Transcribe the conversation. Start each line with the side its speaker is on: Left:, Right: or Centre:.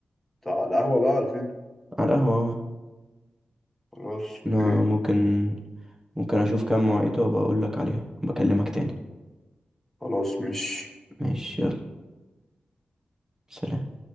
Centre: طب على القهوة بقى ولا فين
Right: على القهوة أهو.
Centre: خلاص اوكي
Right: أنا ممكن ممكن أشوف كام مواعيد وأبقى أقول لك عليها بكلمك تاني
Centre: خلاص مش
Right: ماشي يلا سلام